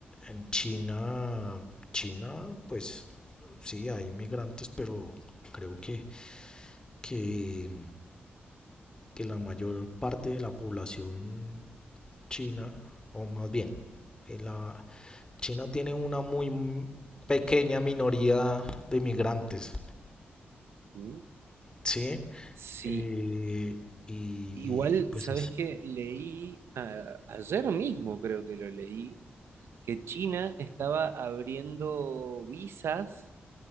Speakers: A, on the left (about 20°); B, on the right (about 80°).
A: en China, China, pues sí, hay migrantes, pero creo que que, que la mayor parte de la población china, o más bien, en la, China tiene una muy pequeña minoría de migrantes,
B: ¿Mm?
A: ¿sí?
B: Sí,
A: Eh, y, y-
B: igual,
A: y pues,
B: ¿sabes qué? Leí a- ayer mismo, creo que lo leí, que China estaba abriendo visas